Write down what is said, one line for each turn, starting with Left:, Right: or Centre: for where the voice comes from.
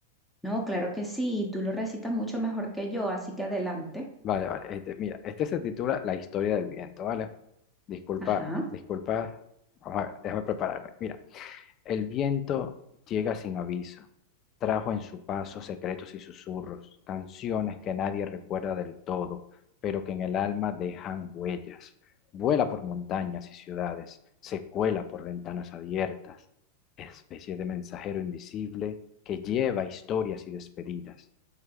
Centre: No, claro que sí, y tú lo recitas mucho mejor que yo, así que adelante.
Left: Vale, vale. Este, mira, este se titula La historia del viento, ¿vale? Disculpa,
Centre: Ajá,
Left: disculpa. Vamos a ver, déjame prepararme. Mira, el viento llega sin aviso. Trajo en su paso secretos y susurros, canciones que nadie recuerda del todo, pero que en el alma dejan huellas. Vuela por montañas y ciudades, se cuela por ventanas abiertas, especie de mensajero invisible que lleva historias y despedidas.